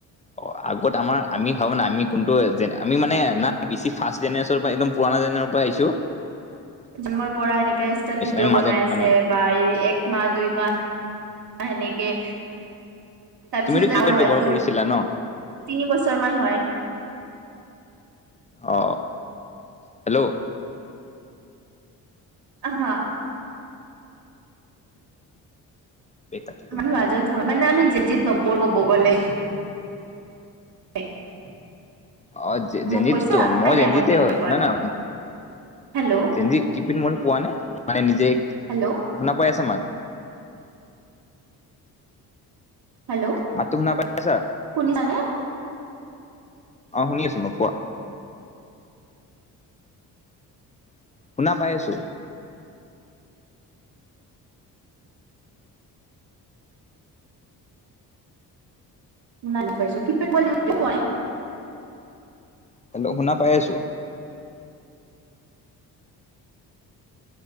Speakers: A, on the left (about 20°); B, on the right (about 65°).
A: অ' আগত আমাৰ আমি ভাবো নাই আমি কোনটো যেনে আমি মানে না বেছি ফাৰ্ষ্ট জেনেৰেশ্যনৰ পৰা একদম পুৰণা জেনেৰেচন পৰাই পাইছো
B: জন্মৰ পৰা এনেকে ইনষ্টাত ভিডিঅ'
A: আমি
B: বনাই
A: মাজত
B: আছে
A: মানে
B: বা এই একমাহ দুই মাহ তোমাৰ সেনেকে তাৰপিছত
A: তুমিতো
B: যদি
A: কিপেড
B: আমাৰ
A: ব্যৱহাৰ
B: হয় দু
A: কৰিছিলা ন
B: তিনি বছৰ মান হয়
A: অ হেল্ল'
B: আহা
A: বে কাটি কৰি
B: আমি
A: নিদিবি।
B: মাজত হয় মানে আমি জেনজিত নপৰো ক'ব গ'লে <unintelligible>
A: অ যেনজিত
B: মোক কৈছা
A: মই
B: নাই নাই
A: যেনজিতে
B: পেট
A: হয়
B: কৰা
A: ন না
B: হেল্ল'
A: যেনজি কিপিন মোৰ পোৱা নাই মানে নিজে
B: হেল্ল'
A: শুনা পাই আছা মাত
B: হেল্ল'
A: মাতটো শুনা পাই আছা?
B: শুনিছানে
A: অ শুনি আছো মোক কোৱা। শুনা পাই আছো।
B: শুনা পাইছো কি পেট <unintelligible>
A: হেল্ল' শুনা পাই আছো।